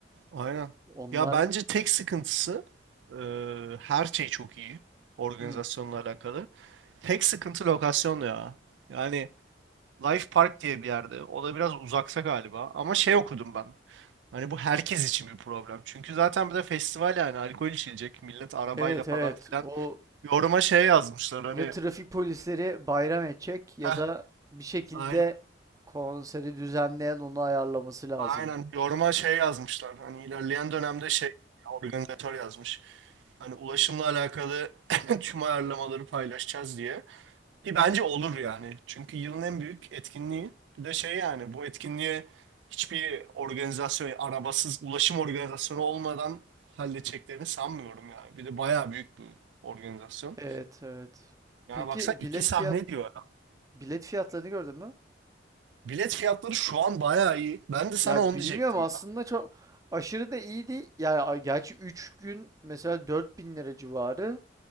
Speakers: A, on the right; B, on the right.
A: Aynen.
B: Onlar
A: Ya bence tek sıkıntısı e, her şey çok iyi organizasyonla
B: Hmm.
A: alakalı. Tek sıkıntı lokasyon ya. Yani Life Park diye bir yerde. O da biraz uzaksa galiba. Ama şey okudum ben. Hani bu herkes için bir problem. Çünkü zaten bir de festival yani alkol içilecek. Millet arabayla
B: Evet
A: falan
B: evet.
A: filan.
B: O
A: Yoruma şey yazmışlar hani.
B: ya trafik polisleri bayram edecek ya
A: Heh,
B: da bir şekilde
A: aynen.
B: konseri düzenleyen onu ayarlaması lazım.
A: Aynen yoruma şey yazmışlar. Hani ilerleyen dönemde şey organizatör yazmış. Hani ulaşımla alakalı <laughs> <clears throat> tüm ayarlamaları paylaşacağız diye. Ki bence olur yani. Çünkü yılın en büyük etkinliği. Bir de şey yani bu etkinliğe hiçbir organizasyon, arabasız ulaşım organizasyonu olmadan halledeceklerini sanmıyorum yani. Bir de bayağı büyük bir organizasyon.
B: Evet evet.
A: Yani
B: Peki
A: baksana iki
B: bilet
A: sahne
B: fiyat
A: diyor ya.
B: bilet fiyatlarını gördün mü?
A: Bilet fiyatları şu an bayağı iyi. Ben de sana
B: Ya
A: onu
B: bilmiyorum
A: diyecektim
B: aslında
A: ya.
B: çok aşırı da iyi değil. Yani gerçi 3 gün mesela 4000 lira civarı.